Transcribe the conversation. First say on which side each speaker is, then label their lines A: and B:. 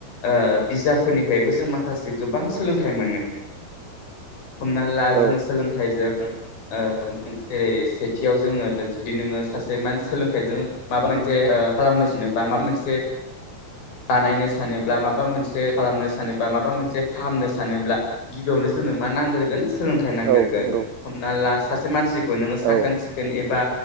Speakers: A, on the left; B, on the right.
A: ओ बिजाबफोरनिफ्रायबो जों माखासे गोबां सोलोंथाइ मोनो। हमना ला
B: औ
A: जोङो सोलोंथाइजों ओ जेरै सेथियाव जोङो जुदि नोङो सासे मान सोलोंथाइजों माबा मोनसे खालामनो सानोबा ओ माबा मोनसे बानायनो सानोब्ला माबा मोनसे खालामनो सानोबा माबा मोनसे फाहामनो सानोब्ला गिबियावनो ज जोंनो मा नांग्रोगोन सोलोंथाइ नांगिरगोन
B: औ नंगौ
A: हमना लास सासे मानसिखौ नोङो साखोन
B: औ
A: सिखोन एबा